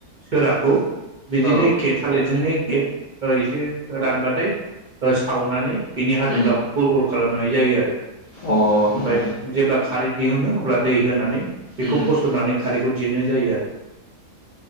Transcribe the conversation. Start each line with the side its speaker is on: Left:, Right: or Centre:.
Right: सोराखौ बिदिनो
Left: औ
Right: एखे थालिरजोंनो <unintelligible> ओ एसे रानबाथाय ओ सावनानै बिनि हाथफ्लाखौ
Left: उम
Right: गल गल खालामनाय जायो आरो।
Left: अ
Right: ओमफ्राय
Left: उम
Right: जेब्ला खारै दिहुनो अब्ला दै होनानै बेखौ
Left: उम
Right: फसरनानै खारै खौ दिहुन्नाय जायो आरो